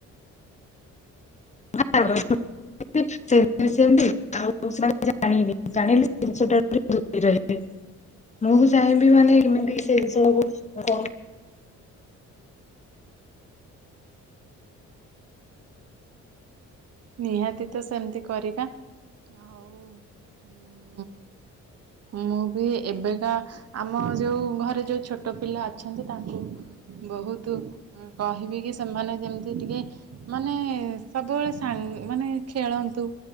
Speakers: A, on the left; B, on the right.
A: <unintelligible> ସେ <unintelligible> ସେମିତି ଆଉ ସ ମାନେ ଜାଣିନି ଜାଣିଲେ <unintelligible> ମୁଁ ବି ଚାହିଁବି ମାନେ କେମିତି ସେ ସବୁ ଅ
B: ନିହାତି ତ ସେମିତି କରିବା ଆଉ ଉଁ।
A: ଆ <unintelligible>
B: ମୁଁ ବି ଏବେକା ଆମ ଯୋଉ ଘରେ ଯୋଉ ଛୋଟ ପିଲା ଅଛନ୍ତି ତାଙ୍କୁ ବହୁତୁ କହିବି କି ସେମାନେ ଯେମିତି ଟିକେ ମାନେ ସବୁବେଳେ ସାଙ୍ଗ୍ ମାନେ ଖେଳନ୍ତୁ